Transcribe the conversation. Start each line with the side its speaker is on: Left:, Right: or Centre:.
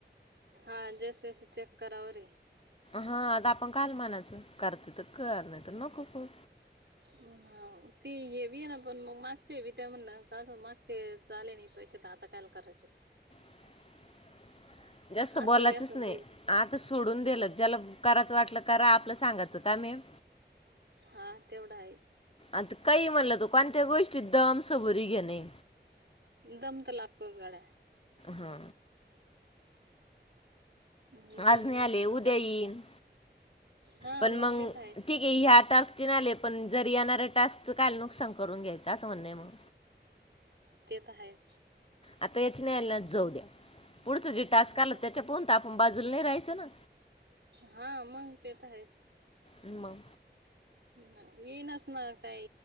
Right: हा जास्तीत जास्त चेक कराव रे.
Left: हा आता आपण काल म्हनायचं. करते तर कर नाही तर नको करू.
Right: अ हाव ती येवी आहे ना पण मग मागचेवी त्या म्हणल्या, काग मागचे आले नाही पैसे? आता कायला करायचे?
Left: <inaudible> जास्त
Right: असं
Left: बोलायचच
Right: बी असं
Left: नाही.
Right: काही
Left: आता सोडून दिलं ज्याला करायचं वाटलं करा आपलं सांगाचं. त्या मॅम
Right: हा तेवढा आहे.
Left: आता काही म्हणल तो कोणत्या गोष्टीत दम सबुरी घेणे.
Right: दम तर लागतोच गड्या.
Left: हा.
Right: हम्
Left: आज
Right: दम
Left: नाही आले
Right: असलो
Left: उद्या
Right: दम.
Left: येईन
Right: हा
Left: पण मग
Right: ते तर आहे
Left: ठीके ह्या टास्कचे नाही आले पण जर येणाऱ्या टास्कच काल नुकसान करून घ्यायचं अस म्हणण आहे मग. <inaudible>
Right: काय आहे?
Left: अता यचनला जौद्या पुढचं जे टास्क
Right: हा
Left: आलं त्याच्या पर्यंत आपण बाजूला नाही राहायचो ना
Right: हा मग पता ह
Left: म मग
Right: ह येनच म काय